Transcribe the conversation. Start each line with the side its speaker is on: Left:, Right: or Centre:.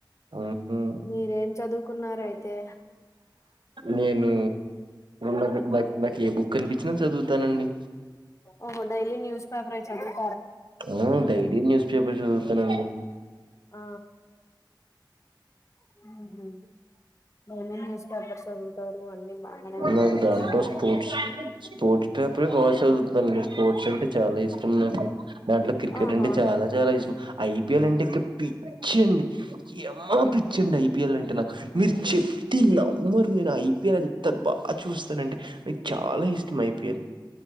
Right: హ్మ్.
Left: మీరేం చదువుకున్నారు అయితే
Right: నేను నాకు నాకి ఈ బుక్ కనిపించింది చదువుతన అండి.
Left: ఓహో డైలీ న్యూస్ పేపర్ చదువు
Right: ఆ డైలీ న్యూస్ పేపర్ చదువుతానండి.
Left: ఆ ఉహు ఏం ఏం న్యూస్ పేపర్స్ చదువుతారు. అన్ని బాగానే ఉన్నాయయితే
Right: నాకు దాంట్లో స్పోర్ట్స్, స్పోర్ట్స్ పేపర బా చదువుతానె స్పోర్ట్స్ అంటే చాలా ఇష్టం నాకు, దాంట్లో క్రికెట్
Left: ఆహా
Right: అంటే చాలా చాలా ఇష్టం ఐపిఎల్ అంటే కి పిచ్చ్ అండి యమ పి చ్చండి ఐపీఎల్ అంటే నాక్, మీర్ చెప్తే నమ్మరు నేను ఐ పిర్ ఎంత బా చూస్తానంటే ఐ చాలా ఇష్టం ఐపీఎల్,